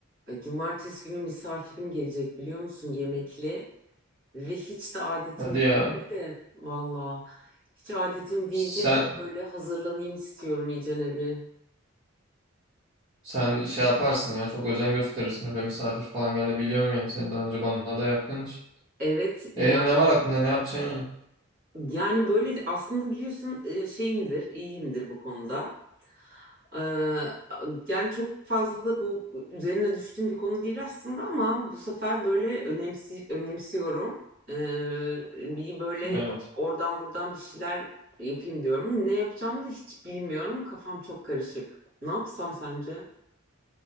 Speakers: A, on the right; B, on the right.
A: Ay, Cumartesi günü misafirim gelecek biliyor musun yemekli ve hiç de adetim
B: Hadi ya.
A: değildir de valla hiç adetim değildir
B: Sen
A: de böyle hazırlanayım istiyorum iyicene bir.
B: sen şey yaparsın ya. Çok özen gösterirsin. Öyle misafir falan geldi biliyorum yani. Sen daha önce bana da yaptığın için.
A: Evet
B: E
A: ya,
B: ne var aklında? Ne yapacaksın ya?
A: yani böyle aslında biliyorsun e, şeyimdir iyiyimdir bu konuda. Ee, yani çok fazla da bu üzerine düştüğüm bir konu değil aslında ama bu sefer böyle önemsi, önemsiyorum. Ee, bir böyle
B: Evet.
A: oradan buradan bir şeyler yapayım diyorum. Ne yapacağımı da hiç bilmiyorum. Kafam çok karışık. Ne yapsam sence?